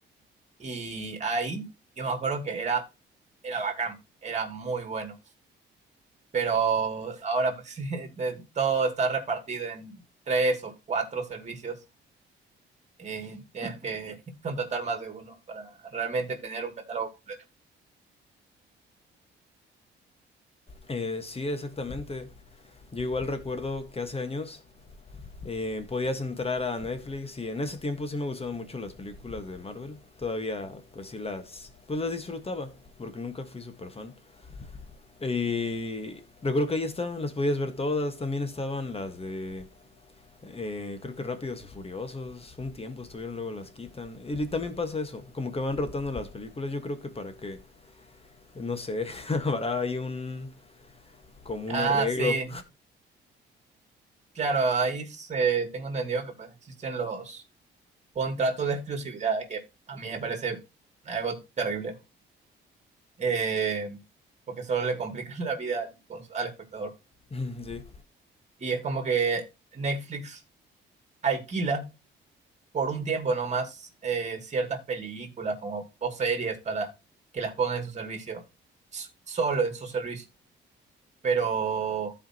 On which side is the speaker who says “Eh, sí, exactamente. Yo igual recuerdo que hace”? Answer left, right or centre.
Left